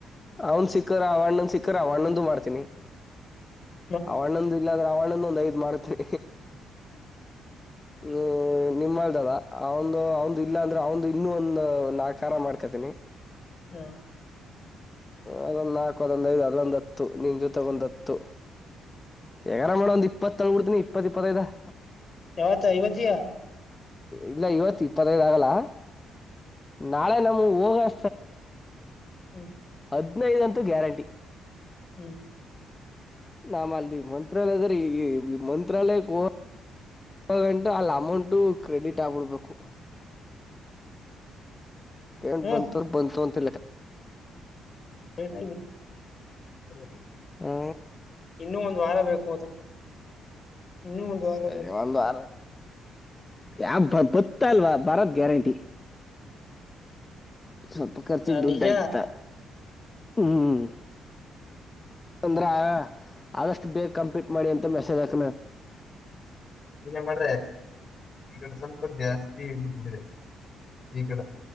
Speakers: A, on the left (about 20°); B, on the left (about 40°).
A: ಅವನ್ ಸಿಕ್ಕರ ಅವಣ್ಣೊಂದ ಸಿಕ್ಕರ ಅವಣ್ಣೊಂದು ಮಾಡ್ತೀನಿ
B: <unintelligible>
A: ಅವಣೊಂದ ಇಲ್ಲಾದ್ರೆ ಅವಣೊಂದೊಂದು ಐದ್ ಮಾಡ್ತ್ರಿ
B: <unintelligible>
A: ಹ್ಮ ನಿಮ್ಮಲ್ದದ ಅವಂದು ಅವಂದು ಇಲ್ಲ ಅಂದ್ರೆ ಅವಂದು ಇನ್ನ ಒಂದ ನಾಲ್ಕರ ಮಾಡ್ಕತೀನಿ
B: ಹ್ಮ
A: ಅದೊಂದು ನಾಲ್ಕು ಅದೊಂದ ಐದು ಅದೊಂದ ಹತ್ತು ನಿನ್ ಜೊತಗೆ ಒಂದು ಹತ್ತು ಹಗ್ಯಾರ ಮಾಡಡ ಒಂದ ಇಪ್ಪತ್ತಳ್ ಬಿಡ್ತನಿ ಇಪ್ಪತ್ತ ಇಪ್ಪತ್ತೈದ <inaudible>
B: ಯಾವತ್ತಾ ಐವತ್ತಿಯಾ
A: ಇಲ್ಲ ಇವತ್ತು ಇಪ್ಪತ್ತೈದ್ ಆಗಲ್ಲಾ ನಾಳೆ ನಮಗೆ ಹೋಗಳ
B: ಹ್ಮ್
A: ಹದ್ನೈದಂತೂ ಗ್ಯಾರಂಟಿ
B: ಹ್ಮ್
A: ನಮ್ಮ ಅಲ್ಲಿ ಮಂತ್ರಾಲಯ ಅದ್ರೀ ಈ-ಈ ಮಂತ್ರಾಲಯಕ್ಕೆ ಹ ಇ ಗಂಟು ಅಲ್ಲಿ ಅಮೌಂಟು ಕ್ರೆಡಿಟ್ ಆಗ್ಬಿಡ್ಬೇಕು ಏನು
B: ಹ್ಮ್
A: <unintelligible> ಬಂತವ್ ಬಂತು ಅಂತ
B: ಸಟದ <unintelligible>
A: ಹಾ
B: ಇನ್ನೂ ಒಂದು್ ವಾರ ಬೇಕು ಅದು ಇನ್ನೂ ಒಂದ್ ವಾರ ಬೇಕು
A: ಯಾ ಒಂದ್ ಆರ್ ಯಾವ ಬತ್ತ ಅಲ್ವಾ ಬರದ ಗ್ಯಾರಂಟಿ. ಸ್ವಲ್ಪ ಖರ್ಚಿಗೆ
B: ಹ
A: ದುಡ್ಡಯ್ತ
B: ನಿಜ
A: ಹ್ಮ್ ಅಂದ್ರ ಆದಷ್ಟು ಬೇಗ್ ಕಂಪ್ಲೀಟ್ ಮಾಡಿ ಅಂತ ಮೆಸೇಜ್ ಹಾಕನ.
B: ಇನ್ನ ಮಾಡ್ರೆ ಈ ಕಡೆ ಸ್ವಲ್ಪ ಜಾಸ್ತಿ ಹಳ್ಬಿಟ್ಬಡಿದೆ ಈ ಕಡೆ